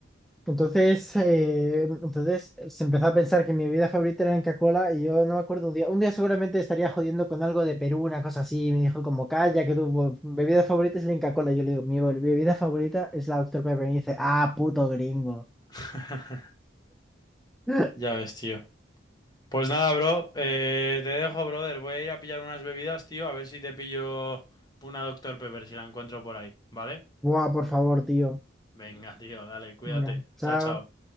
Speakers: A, in the centre; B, on the left.
A: Entonces, eh, entonces se empezó a pensar que mi bebida favorita era la Inca Kola y yo no me acuerdo un día. Un día seguramente estaría jodiendo con algo de Perú, una cosa así. Y me dijo como, calla, que tu bebida favorita es la Inca Kola. yo le digo, mi bebida favorita es la doctor Pepper. Y me dice, ah, puto gringo.
B: <laughs>
A: <laughs>
B: Ya ves, tío. Pues nada, bro. eh, te dejo, brother. Voy a ir a pillar unas bebidas, tío. A ver si te pillo una doctor Pepper, si la encuentro por ahí, ¿vale?
A: Buah, por favor, tío.
B: Venga, tío, dale, cuídate.
A: Venga, chao.
B: Chao, chao.